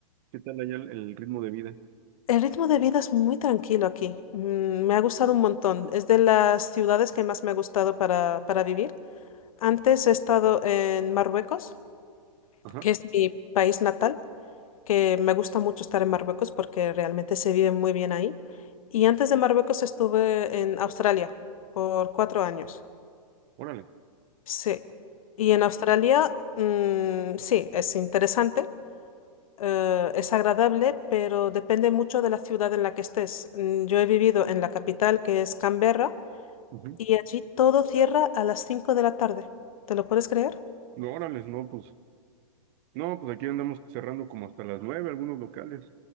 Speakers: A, on the right (about 35°); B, on the left (about 65°).
A: ¿Qué tal allá el, el ritmo de vida?
B: El ritmo de vida es muy tranquilo aquí, mm, me ha gustado un montón, es de las ciudades que más me ha gustado para, para vivir. Antes he estado en Marruecos,
A: Ajá,
B: que es mi país natal. que me gusta mucho estar en Marruecos porque realmente se vive muy bien ahí. Y antes de Marruecos estuve en Australia por cuatro años.
A: órale.
B: Sí. Y en Australia, mm, sí, es interesante, eh, es agradable, pero depende mucho de la ciudad en la que estés. Mm, Yo he vivido en la capital, que es Canberra,
A: Ujú.
B: y allí todo cierra a las 5 de la tarde. ¿Te lo puedes creer?
A: No, órale, no, pues, no, pues aquí andamos cerrando como hasta las nueve algunos locales.